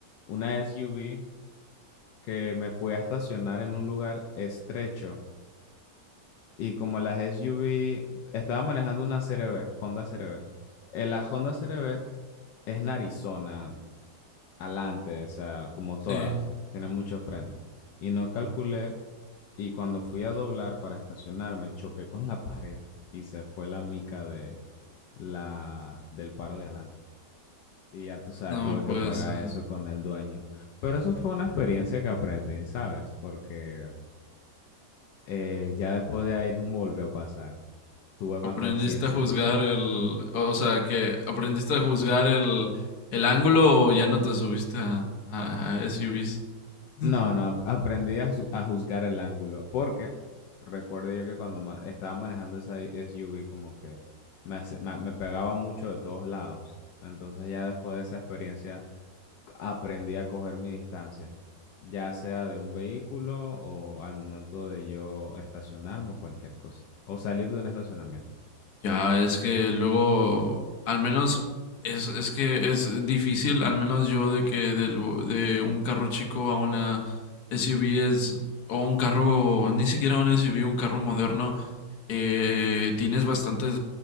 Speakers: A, on the left; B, on the left.
A: una SUV que me fui a estacionar en un lugar estrecho Y como las SUV, estaba manejando una CRV, Honda CRV. Eh, la Honda CRV es narizona, adelante, o sea, como todas,
B: Sí,
A: tiene mucho frente. Y no calculé, y cuando fui a doblar para estacionarme, choqué con la <laughs> pared y se fue la mica de la, del faro de adelante. Y ya tú sabes,
B: no,
A: tuve que
B: pues...
A: pagar
B: eh,
A: eso con el dueño. Pero eso fue una experiencia que aprendí, ¿sabes? Porque eh, ya después de ahí no me volvió a pasar. Tuve
B: Aprendiste
A: más conciencia.
B: a juzgar el, o sea, que aprendiste a juzgar el, el ángulo o ya no te subiste a, a, a SUVs. <laughs>
A: No, no, ap- aprendí a, su- a juzgar el ángulo, porque recuerdo yo que cuando ma- estaba manejando esa i- SUV como que me, hace- me, me pegaba mucho de todos lados. Entonces ya después de esa experiencia aprendí a coger mi distancia, ya sea de un vehículo o al momento de yo estacionarme o cualquier cosa, o salir de un estacionamiento.
B: Ya, es que luego, al menos, es, es que es difícil, al menos yo, de que del vo- de un carro chico a una SUV es, o un carro, ni siquiera un SUV, un carro moderno, eh, tienes bastantes